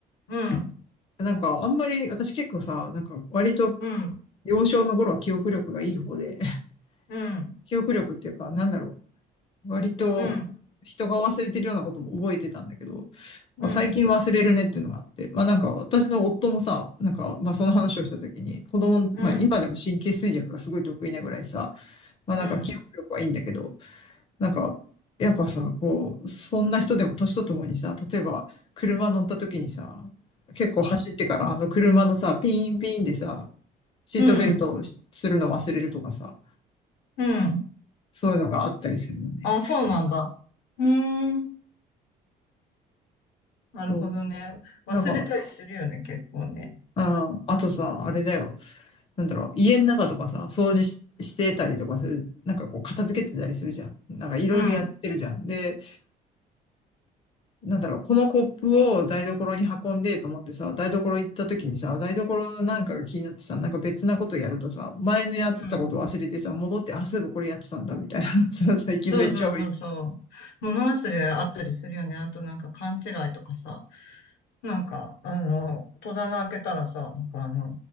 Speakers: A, on the left; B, on the left.
A: うん、
B: なんか、あんまり、私結構さ、なんか、割と、
A: うん。
B: 幼少の頃は記憶力がいい方で、<laughs>
A: うん、
B: 記憶力っていうか、なんだろう。割と、
A: うん、
B: 人が忘れてるようなことも覚えてたんだけど、まあ、
A: うん、
B: 最近忘れるねっていうのがあって、まあなんか、私の夫もさ、なんか、まあその話をした時に、子供、
A: うん、
B: まあ今でも神経衰弱がすごい得意なぐらいさ、
A: うん、
B: まあなんか記憶力はいいんだけど、
A: うん、
B: なんか、やっぱさ、こう、そんな人でも年とともにさ、例えば車乗った時にさ、結構走ってからあの車のさ、ピンピンでさ、シートベルトをしするの忘れるとかさ、
A: うん、うん。
B: そういうのがあったりするよね。
A: あ、そうなんだ。うーん。なるほどね。
B: そう、
A: 忘れたりするよね、
B: なんか、
A: 結構ね。
B: あ、あとさ、あれだよ。なんだろう、家の中とかさ、掃除し、してたりとかする。なんかこう、片付けてたりするじゃん。なんかいろいろやってるじゃん。
A: うん、うん、
B: で、なんだろう、このコップを台所に運んでと思ってさ、台所行った時にさ、台所なんかが気になってさ、なんか別なことやるとさ、前のやってたこと忘れてさ、
A: うん。
B: 戻って、あ、そういえばこれやってたんだ、みたいなさ、<laughs> 最近めっちゃ多い。
A: そうそうそうそう。物忘れあったりするよね。あとなんか勘違いとかさ。なんか、あの、戸棚開けたらさ、なんかあの、